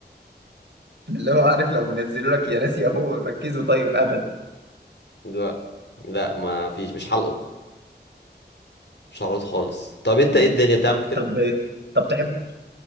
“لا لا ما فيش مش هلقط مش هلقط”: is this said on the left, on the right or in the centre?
Left